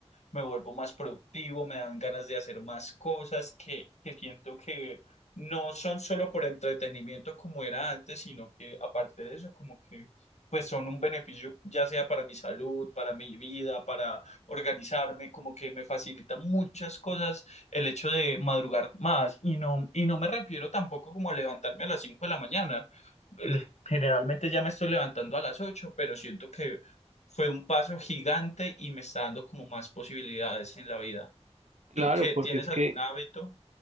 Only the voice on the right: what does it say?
Claro,
porque
es
que